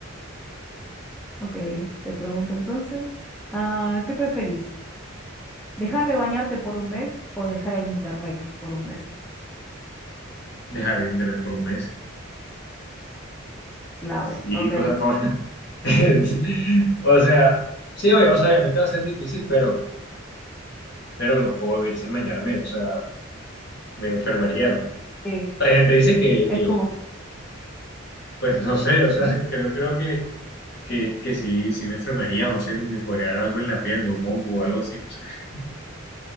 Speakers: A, in the centre; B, on the left.
A: Ok, te pregunto entonces, ah, ¿qué preferís? ¿Dejar de bañarte por un mes o dejar el internet por un mes?
B: Dejar de internet por un mes.
A: Clave,
B: Sí,
A: ok.
B: cosa como... <laughs> O sea, sí, obvia- o sea, obviamente va a ser difícil, pero, pero no puedo vivir sin bañarme, o sea, me enfermaría, ¿no?
A: Sí,
B: La gente dice que,
A: es
B: que
A: como,
B: pues no sé, o sea,
A: ¿Mm?
B: <laughs> creo, creo que, que, que sí, sí me enfermaría, no sé, me podría dar algo en la piel, ¿no? un hongo o algo así, no sé. <laughs>